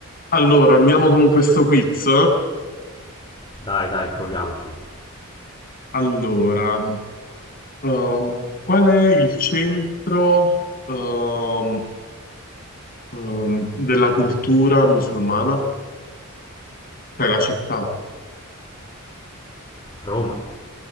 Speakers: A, on the left; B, on the left.
A: Allora, andiamo con questo quiz.
B: Dai, dai, proviamoci.
A: Allora, eh, qual è il centro ehm, ehm, della cultura musulmana? Cioè la città?
B: Roma.